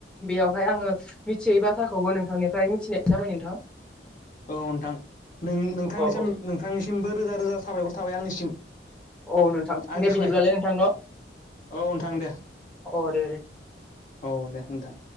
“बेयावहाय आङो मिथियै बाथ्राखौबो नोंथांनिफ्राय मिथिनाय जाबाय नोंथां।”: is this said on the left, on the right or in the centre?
Centre